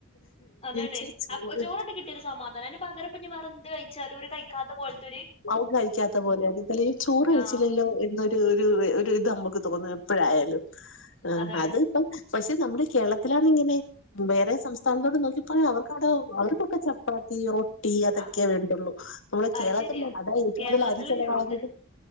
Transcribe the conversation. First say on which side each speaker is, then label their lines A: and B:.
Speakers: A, on the left (about 30°); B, on the left (about 70°).
A: അതാണ്
B: ച്ചി ചോറ്
A: അപ്പൊ ചോറണ്ട് കിട്ടിയ ഒരു സമാധാനം അതിന് പകരഇപ്പൊ വേറെ എന്ത് കഴിച്ചാലും ഒര് കഴിക്കാത്ത പോലത്തൊര്
B: അവൻ കഴിക്കാത്ത പോലേണ് ഈ ചോറ് കഴിച്ചില്ലല്ലോ
A: ആഹ്
B: എന്തോ ഒരു ഒരുത് നമുക്ക് തോന്നും എപ്പോഴായാലും
A: അതാണ്
B: അത്പ്പം പക്ഷെ നമ്മടെ കേരളത്തിലാണ്ങ്ങനെ വേറെ സംസ്ഥാനത്തോട് നോക്കി യേ അവർക്കവിടെ അവർക്കൊക്കെ ചപ്പാത്തി റൊട്ടി അതൊക്കെ
A: ആഹ്
B: വേണ്ടുള്ളൂ നമ്മുടെ
A: അത്
B: കേരള
A: ശരിയാ
B: ത്തിൽ അതാ ഏറ്റവും
A: കേരളത്തിലന്നെ
B: കൂടുതൽ അരി ചെലവാവുന്നതും
A: ഉള്ളൂ ഇങ്ങനെ